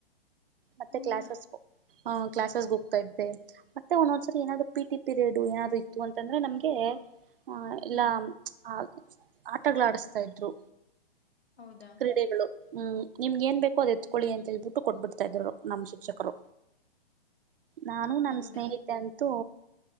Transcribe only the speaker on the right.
ಮತ್ತೆ
ಕ್ಲಾಸಸ್ <unintelligible> ಕ್ಲಾಸಸ್ಗೆ ಹೋಗ್ತಾ ಇದ್ದೆ ಮತ್ತೆ ಒಂದೊಂದ್ಸರಿ ಏನಾದ್ರು ಪಿ ಟಿ ಪೀರಿಯಡ್ ಏನಾದೂ ಇತ್ತು ಅಂತಂದ್ರೆ ನಮ್ಗೆ ಆ ಎಲ್ಲ
ಆ ಆಟಗಳ ಆಡಿಸತಾ ಇದ್ರು
ಕ್ರೀಡೆಗಳು ಹ್ಮ್ ನಿಮ್ಗೆ ಏನ್ ಬೇಕೋ ಅ್ ಎತ್ಕೊಳ್ಳಿ ಅಂತ ಹೇಳ್ಬಿಟ್ಟು ಕೊಟ್ಬಿಡ್ತಾ ಇದ್ರು ನಮ್ಮ ಶಿಕ್ಷಕರು ನಾನು ನನ್
ಸ್ನೇಹಿತೆ ಅಂತೂ